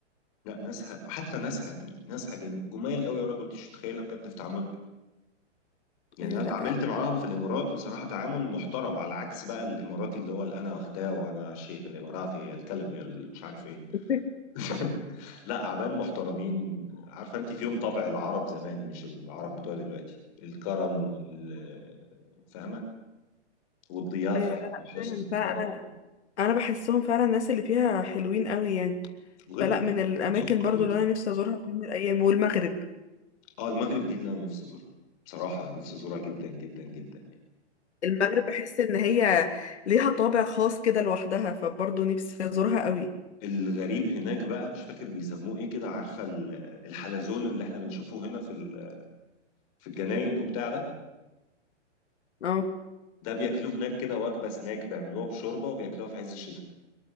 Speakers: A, on the left (about 30°); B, on the left (about 65°).
A: لا ناسها حتى ناسها يا بنتي ناسها جم- جمال قوي يا رضوى انت مش متخيله بجد في تعاملهم يعني
B: ايوه
A: انا اتعاملت
B: لا
A: معاهم في الامارات بصراحه تعامل محترم على عكس بقى الاماراتي اللي هو اللي انا واخداه وانا شيخ الاماراتي يا الكلب يا ال- مش عارف ايه
B: <laughs>
A: <laughs> لا عمان محترمين عارفه انت فيهم طبع العرب زمان مش العرب بتوع دلوقتي الكرم وال فاهمه والضيافه
B: ايوه لا لا
A: وحسن
B: فعلا
A: الضيافه
B: فعلا انا انا بحسهم فعلا الناس اللي فيها حلوين قوي يعني
A: وغير
B: فلا
A: كده
B: من الاماكن
A: مثقفين
B: برضو اللي انا نفسي ازورها في يوم من الايام والمغرب
A: اه المغرب دي اللي انا نفسي ازورها بصراحه نفسي ازورها جدا جدا جدا يعني.
B: المغرب بحس ان هي ليها طابع خاص كده لوحدها فبرضه نفسي ازورها قوي
A: الغريب هناك بقى مش فاكر بيسموه ايه كده عارفه ال- الحلزون اللي احنا بنشوفه هنا في ال- في الجناين وبتاع ده
B: اه
A: ده بياكلوه هناك كده وجبه سناك بيعملوها بشوربه وبياكلوها في عز الشتاء